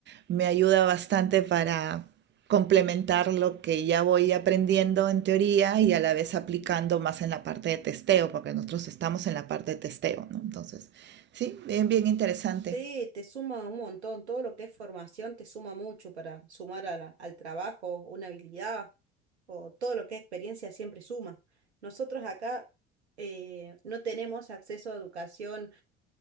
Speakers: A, on the right; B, on the right.
A: me ayuda bastante para complementar lo que ya voy aprendiendo en teoría y a la vez aplicando más en la parte de testeo, porque nosotros estamos en la parte de testeo, ¿no? Entonces, sí, bien, bien interesante.
B: Sí, te suma un montón, todo lo que es formación te suma mucho para sumar a la- al trabajo, una habilidad o todo lo que es experiencia siempre suma. Nosotros acá eh, no tenemos acceso a educación